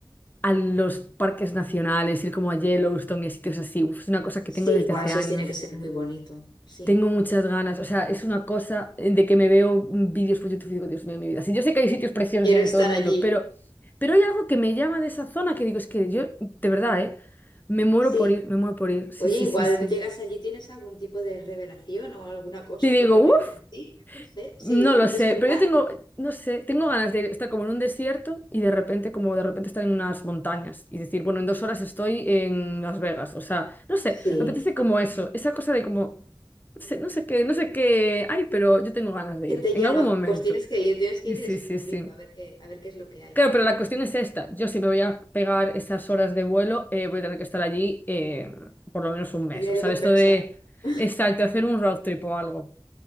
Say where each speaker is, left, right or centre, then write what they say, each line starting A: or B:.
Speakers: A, on the left; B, on the left.
A: a los parques nacionales, ir como a Yellowstone y sitios así. Uf, es una cosa que
B: Sí,
A: tengo desde
B: guau,
A: hace
B: eso
A: años.
B: tiene que ser muy bonito. Sí,
A: Tengo muchas ganas, o sea, es una cosa de que me veo vídeos por YouTube y digo, Dios mío, mi vida. Sí, yo sé que hay sitios preciosos
B: quiero
A: en
B: estar
A: todo el mundo,
B: allí.
A: pero, pero hay algo que me llama de esa zona que digo, es que yo, de verdad, ¿eh? Me muero
B: Sí.
A: por ir, me muero por ir. Sí,
B: Oye,
A: sí,
B: igual
A: sí, sí.
B: llegas allí, ¿tienes algún tipo de revelación o alguna cosa
A: Y digo,
B: que conecte
A: uff.
B: en ti? Yo qué sé. Sí,
A: No lo
B: un
A: sé,
B: despertar.
A: pero yo tengo, no sé, tengo ganas de estar como en un desierto y de repente, como de repente estar en unas montañas y decir, bueno, en dos horas estoy en Las Vegas. O sea, no sé,
B: Sí,
A: me apetece como eso, esa cosa de como, no sé, no sé qué, no sé qué hay, pero yo tengo ganas de
B: que
A: ir
B: te
A: en
B: llama.
A: algún momento.
B: Pues tienes que ir, tienes que
A: Sí,
B: ir
A: sí,
B: y descubrirlo,
A: sí, sí.
B: a ver qué, a ver qué es lo que hay.
A: Claro, pero la cuestión es esta. Yo si me voy a pegar esas horas de vuelo, eh, voy a tener que estar allí eh, por lo menos un mes.
B: Te tiene
A: O sea,
B: que compensar.
A: esto de,
B: <laughs>
A: exacto, hacer un road trip o algo.